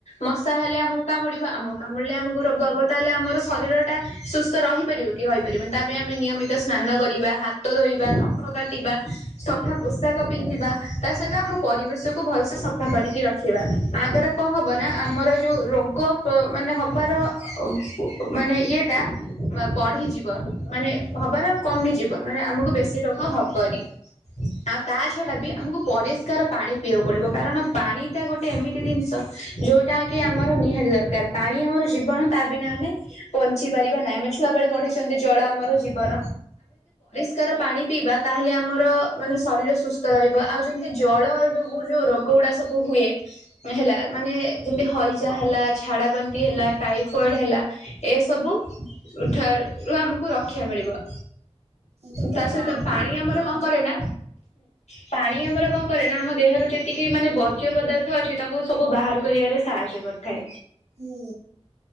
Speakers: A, on the left (about 80°); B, on the right (about 70°).
A: ମଶା ହେଲେ ଆମକୁ କାମୁଡିବ ଆମକୁ କାମୁଡିଲେ ଆମକୁ ରୋଗ ହବ ତାହେଲେ ଆମର ଶରୀର ଟା ସୁସ୍ଥ ରହିପାରିବ କି ରହିପାରିବନି। ତା ପାଇଁ ଆମେ ନିୟମିତ ସ୍ନାନ କରିବା ହାତ ଧୋଇବା ନଖ କାଟିବା ସଫା ପୋଷାକ ପିନ୍ଧିବା ତା ସହିତ ଆମ ପରିବେଶକୁୁ ଭଲସେ ସଫା କରିକି ରଖିବା। ଆଗର କଣ ହବ ନା ଆମର ଯଉ ରୋଗ ମାନେ ହବାର ଅ ପ ମାନେ ଇଏଟା ମା ବଢିଯିବ ମାନେ ହବାର କମିଯିବ ମାନେ ଆମକୁ ବେଶୀ ରୋଗ ହେବନି। ଆ ତା ଛଡ଼ା ବି ଆମକୁ ପରିଷ୍କାର ପାଣି ପିଇବାକୁ ପଡ଼ିବ। କାରଣ ପାଣିଟା ଗୋଟେ ଏମିତି ଜିନିଷ ଯେଉଁ ଟା କିି ଆମର ନିହାତି ଦରକାର ପାଣି ଆମର ଜୀବନ ତା ବିନା ଆମେ ବଞ୍ଚି ପାରିବା ନାହିଁ। ଆମେ ଛୁଆବେଳେ ପଢିଛନ୍ତି ଜଳ ଆମର ଜୀବନ। ପରିସ୍କାର ପାଣି ପିଇବା ତାହେଲେ ଆମର ମାନେ ଶରୀର ସୁସ୍ଥ ରହିବ। ଆଉ ଯେମିତି ଜଳ ଯୋଗୁ ଯୋଉ ରୋଗଗୁଡା ସବୁ ହୁଏ ହେଲା ମାନେ ଯେମତି ହଇଜା ହେଲା ଝାଡା ବାନ୍ତି ହେଲା ଟାଇଫଏଡ ହେଲା ଏସବୁ ଉଠାରୁ ରୁ ଆମକୁ ରକ୍ଷା ମିଳିବ।
B: ତାପରେ
A: ତା ସହିତ ପାଣି ଆମର
B: ଅଦା
A: କଣ କରେ ନା ପାଣି ଆମର କଣ କରେ ନା ଆମ ଦେହର ଯେତିକି ମାନେ ବର୍ଜ୍ୟ ପଦାର୍ଥ ଅଛି ତାକୁ ସବୁ ବାହାର କରିବାରେ ସାହାଯ୍ୟ କରିଥାଏ।
B: ହୁଁ